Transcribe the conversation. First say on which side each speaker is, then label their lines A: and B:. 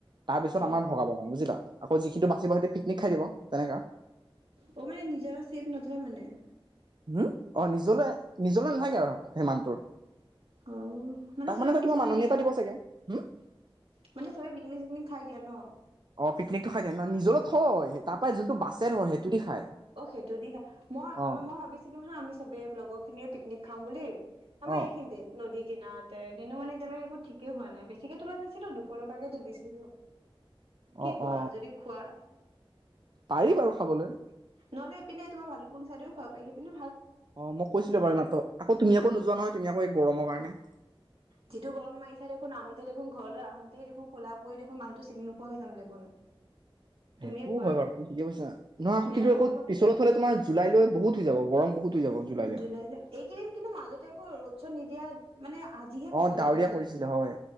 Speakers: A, on the right (about 50°); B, on the right (about 80°).
A: তাৰ পিছত
B: অ
A: আমাৰ ভগাব মানে বুজিলা আকৌ যিখি বাচিব সেইটো পিকনিক খাই দিব তেনেকুৱা
B: অ মানে নিজৰা ছেভ নথয় মানে
A: উম অ নিজলে নিজলে নাইগে আৰু সিমানটোৰ
B: অ মানে
A: তাক
B: চবে
A: তই
B: ভোজ
A: কিবা
B: খাই
A: মাননি
B: দিয়া
A: এটা দিব চাগে। হুম?
B: মানে চবে পিকনিক চিকনিক খাই দিয়া ন
A: অ ', পিকনিক খাই দে ন ', নিজৰ থ, তাৰ পৰা যোনটো বাছে ন ', সেইটো, দি খায়।
B: অ সেইটো দি হা মই
A: অ
B: আমাৰ মই ভাবিছিলো হা আমি চবে লগৰ খিনিয়ে পিকনিক খাম বুলি, আমাৰ
A: অ
B: এইখিনিতে নদী নাতে কিন্তু মানে এতিয়ালৈকে একো ঠিকেই হোৱা নাই বেছিকে তোলা নাছিলো দুশ টকাকে তুলিছিলো কি
A: অ
B: কোৱা
A: অ
B: যদি খোৱা,
A: পাৰি বাৰু খাবলৈ
B: নহলে ইপিনে তোমাৰ ভালুপুং চাইদেৰিও খাব পাৰি সেগপিনে
A: অ ', মই কৈছিলো বাৰু এইমাত্ৰ আকৌ তুমি আকৌ নোযোৱা নহয়, তুমি আকৌ এই গৰমৰ কাৰণে।
B: যিটো গৰম মাৰিছা দেখোন আহোঁতে দেখোন ঘৰলৈ আহোতেই দেখোন কোলা দেখোন মানুহটো চিনি নোপোৱা হৈ যাম দেখোন তুমিয়ে
A: সেইটোও
B: কোৱা
A: হয় বাৰু কি ঠিকে কৈছা নহ
B: এৰা
A: কিন্তু
B: গৰমত
A: পিছলৈ থলে তোমাৰ জুলাইলৈ বহুত হৈ যাব গৰম বহুত হৈ যাব জুলাইলৈ।
B: জুলাইত এইকিদিন কিন্তু মাজতে আকৌ ৰ চদ নিদিয়া মানে আজিহে
A: অ
B: বেছি
A: ডাৱৰীয়া
B: ৰ'দ দিছে,
A: কৰিছিলে হয়